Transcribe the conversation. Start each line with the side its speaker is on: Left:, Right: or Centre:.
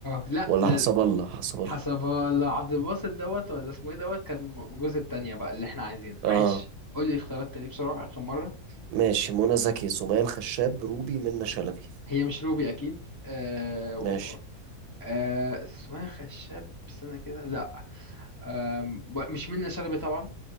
Left: آه، لا
Right: ولا
Left: ده
Right: حسب الله حسب الله
Left: حسب الله عبد الباسط دوت ولا اسمه ايه دوت كان م- جوز التانية بقى اللي احنا عايزينه
Right: اه
Left: معلش قول لي اختيارات تاني بسرعة اخر مرة
Right: ماشي منى زكي سمية الخشاب روبي منة شلبي
Left: هي مش روبي اكيد آه و...
Right: ماشي
Left: آه اسمها خشاب استنى كده لا آه مش منة شلبي طبعا